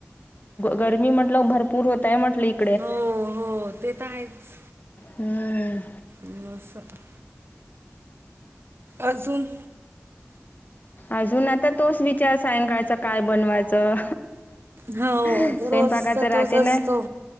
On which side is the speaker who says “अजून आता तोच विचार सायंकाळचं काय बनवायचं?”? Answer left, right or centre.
Left